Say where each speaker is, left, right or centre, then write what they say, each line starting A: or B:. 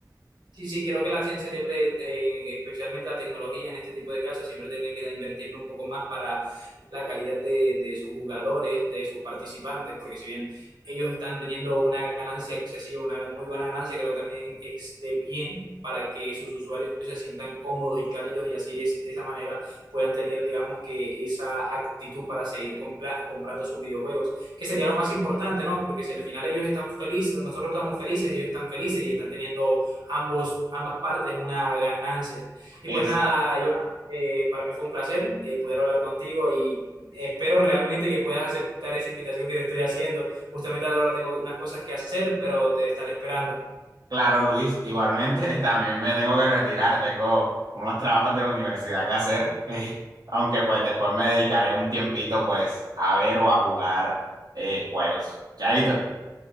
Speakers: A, on the right; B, on the right.
A: Sí, sí, creo que la ciencia siempre, eh, especialmente la tecnología en este tipo de casos, siempre tiene que invertirle un poco más para la calidad de, de sus jugadores, de sus participantes, porque si bien ellos están teniendo una ganancia excesiva, una muy buena ganancia, creo que también esté bien para que sus usuarios se sientan cómodos y cálidos y así es- de esa manera puedan tener, digamos, que esa actitud para seguir compla- comprando sus videojuegos, que sería lo más importante, ¿no? Porque si al final ellos están felices, nosotros estamos felices, ellos están felices y están teniendo ambos, ambas partes una ganancia. Y
B: Exacto.
A: pues nada, yo eh, para mí fue un placer eh, poder hablar contigo y espero realmente que puedas aceptar esa invitación que te estoy haciendo. Justamente ahora tengo unas cosas que hacer, pero te estaré esperando.
B: Claro, Luis, igualmente <laughs> también me tengo que retirar, tengo unos trabajos de la universidad que hacer, <laughs> eh, aunque pues después me dedicaré un tiempito pues a ver o a jugar eh, juegos. Chaito.